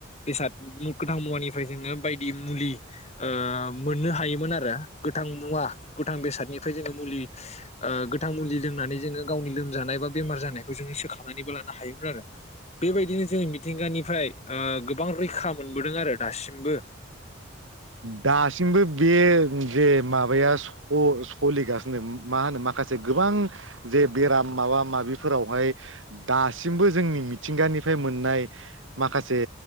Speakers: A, on the left; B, on the right.
A: बेसाद गोथां मुवानिफ्राय जोङो बायदि मुलि ओ मोननो हायोमोन आरो गोथां मुवा गोथां बेसादनिफ्राय जोङो मुलि ओ गोथां मुलि लोंनानै जोङो गावनि लोमजानाय बा बेमार जानायखौ जोङो सोखनानैबो लानो हायोमोन आरो बेबायदिनो जोंङो मिथिंगानिफ्राय गोबां रैखा मोनबोदों आरो दासिमबो
B: दासिमबो बे जे माबाया स सोलिगासिनो मा होनो माखासे गोबां जे बेराम माबा माबिफोरावहाय दासिमबो जोंनि मिथिंगानिफ्राय मोननाय माखासे